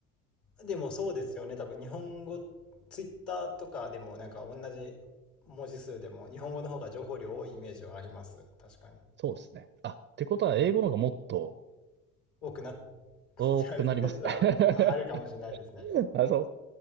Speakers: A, on the left; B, on the right.
A: でもそうですよね。多分日本語、ツイッターとかでもなんか同じ文字数でも日本語の方が情報量多いイメージはあります。確かに。
B: そうですね。あ、ってことは英語の方がもっと
A: 多くなっちゃう説はああるかもしれないですね。
B: 多くなりますね。<laughs> あ、そう。